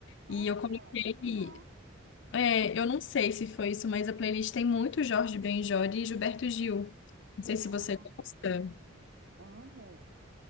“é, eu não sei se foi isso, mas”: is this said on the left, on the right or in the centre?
Left